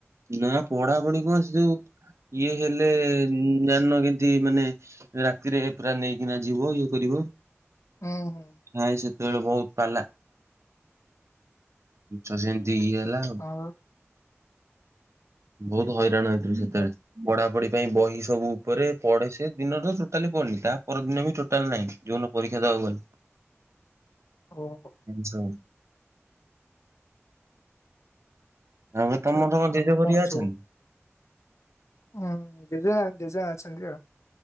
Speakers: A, on the right; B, on the left.
A: ନା ପଢାପଢି କଣ ସେ ଯୋଉ, ଇଏ ହେଲେ ଜାଣନ, କେନ୍ତି ମାନେ ରାତିରେ ପୁରା ନେଇକିନା ଯିବ, ଇଏ କରିବ।
B: ଉଁ ହୁଁ।
A: ନାଇ ସେତେବେଳେ ବହୁତ ପାଲା। ଛୁଆ ସେମିତି ଇଏ ହେଲା। ଆଉ
B: ହ ବା।
A: ବହୁତ ହଇରାଣ ହେଇଥିଲୁ ସେତେବେଳେ।
B: ବା।
A: ପଢ଼ାପଢ଼ି ପାଇଁ ବହି ସବୁ ଉପରେ। ପଢ଼େ ସେ ଦିନତ ଟୁଟାଲି ପଡ଼ନି ତା ପରଦିନ ବି ଟୋଟାଲ ନାହିଁ। ଯଉ ନ ପରୀକ୍ଷା ଦବାକୁ ଗଲି।
B: ଓହୋ!
A: <inaudible> ତାପରେ
B: ଆଛା,
A: ତମର କଣ ଜେଜେ
B: ଆଉ
A: ଘରିକା
B: କଣ
A: ଅଛନ୍ତି?
B: ସବୁ? ହୁଁ, ଜେଜା ଜେଜା ଅଛନ୍ତି ଆଉ।